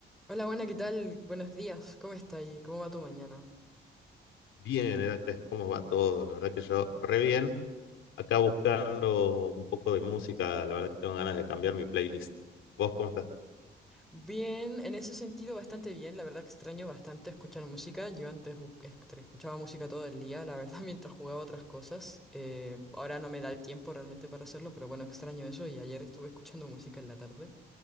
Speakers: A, in the centre; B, on the left (about 80°).
A: Hola, buena, ¿qué tal? Buenos días, ¿cómo está ahí? ¿Cómo va tu mañana?
B: Bien, Heracles, ¿cómo va todo? La verdad que yo re bien. Acá buscando un poco de música, la verdad que tengo ganas de cambiar mi playlist. ¿Vos cómo estás?
A: Bien, en ese sentido bastante bien, la verdad que extraño bastante escuchar música, yo antes ju- est- escuchaba música todo el día, la verdad <laughs> mientras jugaba otras cosas, Eh, ahora no me da el tiempo realmente para hacerlo, pero bueno, extraño eso y ayer estuve escuchando música en la tarde.